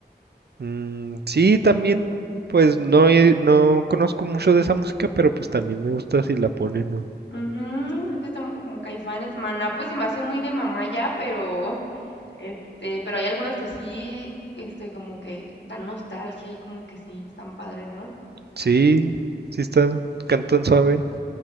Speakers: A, on the right (about 65°); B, on the left (about 75°).
A: Mm, sí, también, pues no, he- no conozco mucho de esa música, pero pues también me gusta si la ponen. o-
B: Ujú, es que está mo- como Caifanes, Maná, pues se me hace muy de mamá ya, pero <laughs> este, pero hay algunas que sí, este, como que dan nostalgia y como que sí, están padres, ¿no?
A: Sí, sí están, cantan suave.